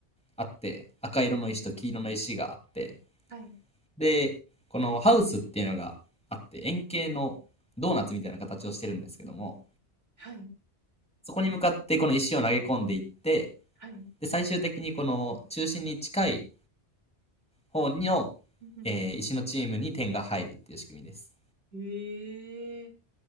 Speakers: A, in the centre; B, on the right.
A: あって、赤色の石と黄色の石があって、
B: はい、はい、
A: で、このハウスっていうのがあって、円形のドーナツみたいな形をしてるんですけども、
B: はい、
A: そこに向かってこの石を投げ込んでいって、
B: はい。
A: で、最終的にこの中心に近い方の、
B: うんうん
A: えー石のチームに点が入るっていう仕組みです。
B: へえ、